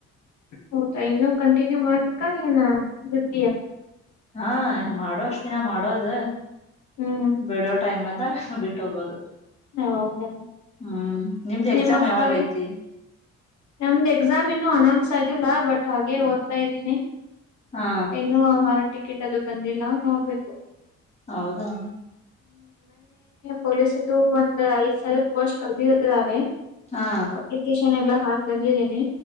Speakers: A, on the left; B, on the left.
A: ಹೌದಾ ಇನ್ನುೂ ಕಂಟಿನ್ಯೂ ಮಾಡ್ಬೇಕಾನ ಬಿಡ್
B: ಹಾ ಮಾಡುವಷ್ಟ ದಿನ ಮಾಡೋದು
A: ಹ್ಮ್
B: ಬಿಡೋ ಟೈಮ್ಲ್ಲಿ ಅ ಬಿಟ್ಟ ಹೋಗೋದು.
A: ಹೌದಾ
B: ಹ್ಮ್ ನಿಮ್ದು ಎಕ್ಸಾಮ್
A: ನಿಮ್ಮಕ್ಕದು.
B: ಯಾವಾಗ ಐತಿ
A: ನಮ್ದು ಎಕ್ಸಾಮ್ ಇನ್ನುೂ ಅನೌನ್ಸ್ ಆಗಿಲ್ಲ ಬಟ್. ಹಾಗೆ ಓದ್ತಾ ಇದ್ದೀನಿ
B: ಹಾ
A: ಇನ್ನೂ ಹಾಲ್ ಟಿಕೆಟ್ ಅದು ಬಂದಿಲ್ಲ ನೋಡ್ಬೇಕು.
B: ಹೌದಾ.
A: ಪೊಲೀಸದು ಒಂದ ಐದ ಸಾವಿರ ಪೋಸ್ಟ್ ಕರೆದಿದ್ದಾರೆ
B: ಹಾ
A: ಅಪ್ಲಿಕೇಶನ್ ಎಲ್ಲಾ ಹಾಕಿ. ಹಾಕ್ ಬಂದಿದ್ದೇನೆ.